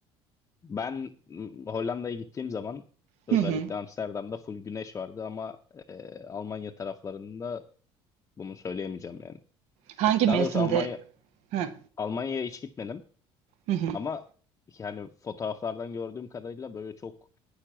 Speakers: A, on the left; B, on the right.
A: Ben m, Hollanda'ya gittiğim zaman özellikle
B: Hı hı.
A: Amsterdam'da full güneş vardı ama e, Almanya taraflarında bunu söyleyemeyeceğim yani.
B: Hangi mevsimde?
A: Daha doğrusu Almanya
B: Hı
A: Almanya'ya hiç gitmedim
B: hı. hı.
A: ama yani fotoğraflardan gördüğüm kadarıyla böyle çok